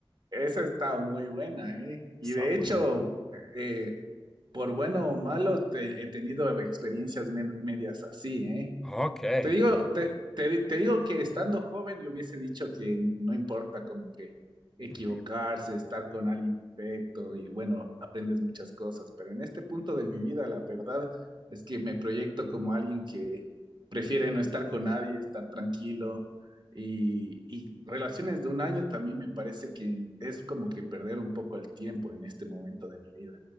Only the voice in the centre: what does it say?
Está
bueno.
Ok,
interesante.
Ujú.